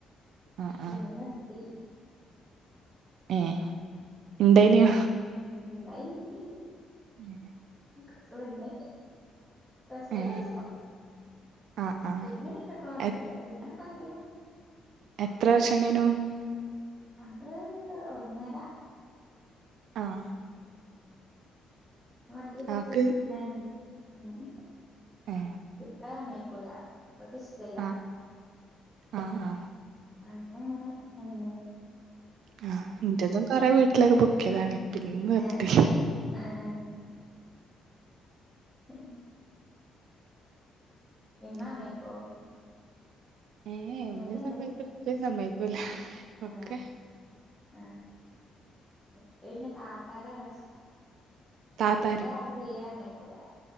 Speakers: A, on the right; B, in the centre.
A: ആ
B: പിന്നെ
A: ആ
B: ഞൻ നീർതി
A: ഏ ഇണ്ടെയ്ന്നു.
B: ഉണ്ടായിന്ന് ഹ്ഹ
A: ഉം
B: കുറച്ച് വലുതൊക്കെ കസ്
A: ഏ
B: കുറച്ച്
A: ആ ആ
B: പിന്ന കോൺക്കല്ല
A: എ
B: പിന്നെ പതി
A: എത്ര വർഷംണ്ടയിനു.
B: അത് ഒന്നര
A: ആഹ്
B: ആഹ് മറ്റീല് പിടിച്ച്
A: ആക്ക്
B: ഫീൽ ആയതുകൊണ്ട് അങ്ങനക്കെ
A: ഏ
B: ഇപ്പ അമ്മയ്ക്കൂല ഇപ്പാക്ക് ഇഷ്ടല്ലാ
A: ആ ആ ആ
B: അന്ന് അങ്ങനെ അല്ലേ.
A: ആഹ് ഇന്റതും കൊറെ വീട്ടിലൊക്കെ പൊക്കിയതാണ് പിന്നെ നിർത്തി
B: ഏഹ് ആഹ് ആഹ് <inaudible> ഇമ്മ
A: ഉം.
B: സമ്മയ്ക്കോ
A: ഏ എ
B: ഇമ്മക്ക്
A: ഇമ്മിംസയ്ക്കൂലാ
B: എന്തേലും
A: ഇപ്പി സമ്മയ്ക്കൂല
B: ആഹ്
A: ഒക്കെ
B: ആഹ് ഇന്റത് പിന്നെ താത്താരാ പ്രശ്നം
A: താത്താരും
B: വല്ല്യ താത്ത തീരെ സമ്മയ്ക്കൂലാ.